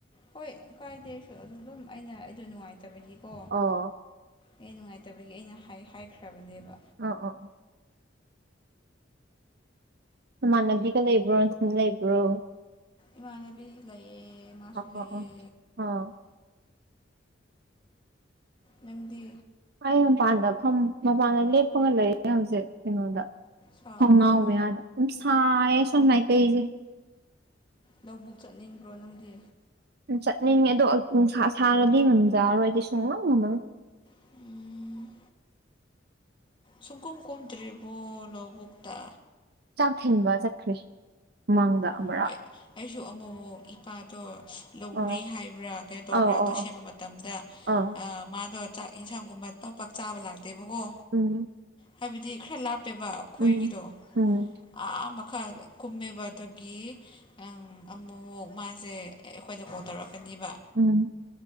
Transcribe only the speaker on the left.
ꯍꯣꯏ ꯀꯥꯏꯗꯦꯁꯨ ꯑꯗꯨ ꯑꯗꯨꯝ ꯑꯩꯅ ꯑꯩꯗꯣ ꯅꯨꯡꯉꯥꯏꯇꯕꯒꯤꯀꯣ
ꯑꯩ ꯅꯨꯡꯉꯥꯏꯇꯕꯒꯤ ꯑꯩꯅ ꯍꯥꯏ ꯍꯥꯏꯈ꯭ꯔꯕꯅꯦꯕ
ꯏꯃꯥꯟꯅꯕꯤ ꯂꯩꯌꯦ ꯃꯥꯁꯨ
ꯂꯩꯌꯦ
ꯅꯪꯗꯤ
ꯁꯥꯕ꯭ꯔꯣ
ꯂꯧꯕꯨꯛ ꯆꯠꯅꯤꯡꯕ꯭ꯔꯣ ꯅꯪꯗꯤ
ꯎꯝ ꯁꯨꯡꯒꯨꯝ ꯀꯨꯝꯗ꯭ꯔꯤꯕꯣ ꯂꯧꯕꯨꯛꯇ
ꯎꯝ
ꯑꯩ ꯑꯩꯁꯨ ꯑꯃꯨꯛ ꯑꯃꯛ ꯏꯄꯥꯗꯣ ꯂꯧꯔꯤ
ꯍꯥꯏꯕ꯭ꯔꯥ ꯀꯩꯅꯣ ꯇꯧꯕ꯭ꯔꯥ
ꯑꯗꯨ
ꯁꯦꯝꯕ
ꯃꯇꯝꯗ
ꯃꯥꯗꯣ ꯆꯥꯛ ꯌꯦꯟꯁꯥꯡꯒꯨꯝꯕ ꯄꯥꯛ ꯄꯥꯛ ꯆꯥꯕ ꯂꯥꯛꯇꯦꯕꯀꯣ
ꯍꯥꯏꯕꯗꯤ ꯈꯔ ꯂꯥꯞꯄꯦꯕ ꯑꯩꯈꯣꯏꯒꯤꯗꯣ
ꯑꯥ ꯃꯈꯥ ꯀꯨꯝꯃꯦꯕ ꯑꯗꯨꯒꯤ ꯑꯪ ꯑꯃꯨꯛ ꯃꯥꯁꯦ ꯑꯩꯈꯣꯏꯗ ꯀꯣꯜ ꯇꯧꯔꯛꯀꯅꯤꯕ